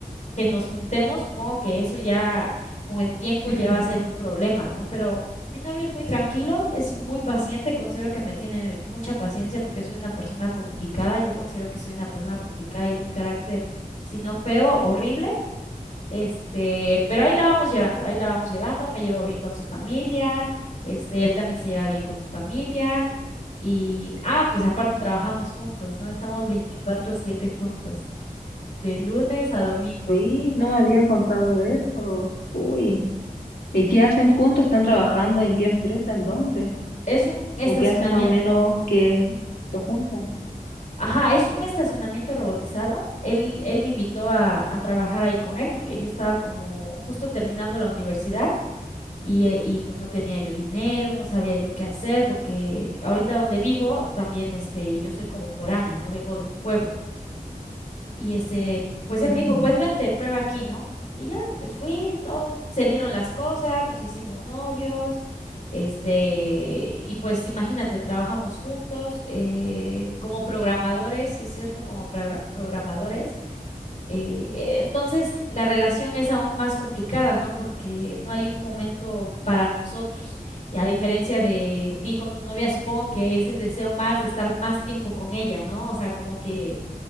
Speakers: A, on the left (about 50°); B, on the left (about 80°).
A: que nos juntemos, supongo que eso ya con el tiempo
B: <laughs>
A: ya va a ser un problema, ¿no? Pero mi novio es muy tranquilo, es muy paciente, considero que me tiene mucha paciencia porque soy una persona complicada, yo considero que soy una persona complicada y de un carácter, si no feo, horrible, este, pero ahí la vamos llevando, ahí la vamos llevando, me llevo bien con su familia, este, él también se lleva bien con mi familia. Y, ah, pues aparte trabajamos juntos, ¿no? Estamos veinticuatro siete juntos, de lunes a domingo.
B: Sí, no me habías contado de eso. Uy. ¿Y qué hacen juntos? ¿Están trabajando en qué empresa? ¿En dónde?
A: Es un estacionamiento,
B: ¿O qué hacen más o menos que lo juntos?
A: ajá, es un estacionamiento robotizado. Él, él me invitó a, a trabajar ahí con él porque yo estaba como justo terminando la universidad y, eh, y pues no tenía yo dinero, no sabía yo qué hacer porque ahorita donde vivo también este, yo soy como foránea, no vengo de un pueblo. Y este, pues
B: <laughs>
A: él
B: Ujú.
A: me dijo, pues vente, prueba aquí, ¿no? Y ya, pues fui, todo, se dieron las cosas, nos hicimos novios, este, y pues imagínate, trabajamos juntos eh, como programadores, sí es cierto, como progra- programadores. Eh, eh, entonces, la relación es aún más complicada, ¿no? Porque no hay un momento para nosotros. Y a diferencia de ti con tu novia, supongo que es el deseo más de estar más tiempo con ella, ¿no? O sea, como que